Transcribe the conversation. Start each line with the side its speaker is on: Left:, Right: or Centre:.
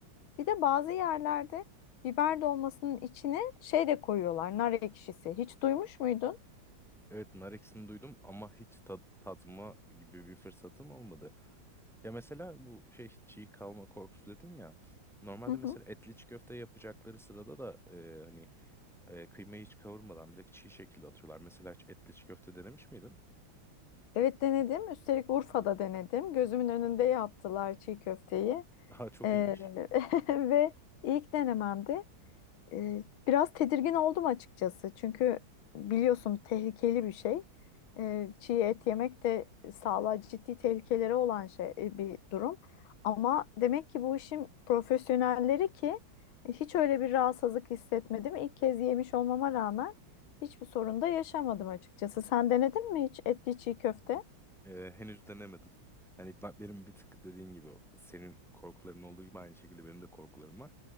Left: Bir de bazı yerlerde biber dolmasının içine şey de koyuyorlar, nar ekşisi. Hiç duymuş muydun?
Centre: Evet nar ekşisini duydum ama hiç tad tatma gibi bir fırsatım olmadı. Ya mesela bu şey çiğ kalma korkusu dedin ya. Normalde
Left: Hı hı.
Centre: mesela etli çiğ köfte yapacakları sırada da e, hani E, kıymayı hiç kavurmadan direkt çiğ şekilde atıyorlar. Mesela hiç etli çiğ köfte denemiş miydin?
Left: Evet denedim. Üstelik Urfa'da denedim. Gözümün önünde yaptılar çiğ köfteyi.
Centre: <laughs> Daha çok
Left: Ee,
Centre: iyiymiş.
Left: <laughs> ve ilk denememdi. E, biraz tedirgin oldum açıkçası. Çünkü biliyorsun tehlikeli bir şey. E, çiğ et yemek de sağlığa ciddi tehlikeleri olan şey e, bir durum. Ama demek ki bu işin profesyonelleri ki e, hiç öyle bir rahatsızlık hissetmedim. İlk kez yemiş olmama rağmen hiçbir sorun da yaşamadım açıkçası. Sen denedin mi hiç etli çiğ köfte?
Centre: E, henüz denemedim. Hani ben, benim bir tık dediğin gibi o- senin korkuların olduğu gibi aynı şekilde benim de korkularım var.